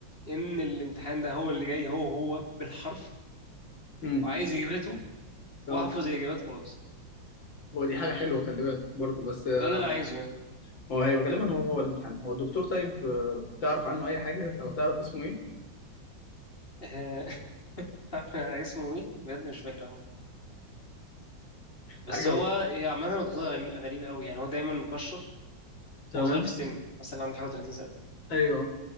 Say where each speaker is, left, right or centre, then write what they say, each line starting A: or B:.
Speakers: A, on the left; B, on the left.
A: ان الامتحان ده هو اللي جاي هو هو بالحرف
B: امم
A: وعايز اجاباته
B: طب
A: واحفظ الاجابات خلاص
B: هو دي حاجة حلوة خلي بالك برضه بس آه،
A: ده اللي انا عايزه يعني
B: هو هيبقى غالبا هو هو الامتحان هو الدكتور طيب آه، تعرف عنه أي حاجة أو تعرف اسمه ايه؟
A: آه، <laughs> اسمه ايه بجد مش فاكر عامه بس
B: حاجة
A: هو
B: هو
A: إيه، عامه هو دكتور غريب غريب قوي يعني هو دايما مكشر
B: تمام
A: هو صغير في السن مثلا عنده حاجه 30 سنه
B: ايوه